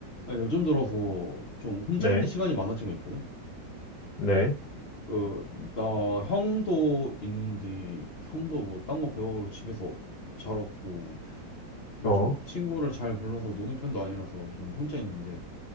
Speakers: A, on the left; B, on the left.
A: 아, 요즘 들어서 좀 혼자
B: 네,
A: 있는 시간이 많아지고 있거든?
B: 네,
A: 그, 나 형도 있는데, 형도 뭐 딴 거 배우러 집에서 잘 없고, 요즘
B: 어,
A: 막 친구를 잘 불러서 노는 편도 아니라서 요즘 혼자 있는데,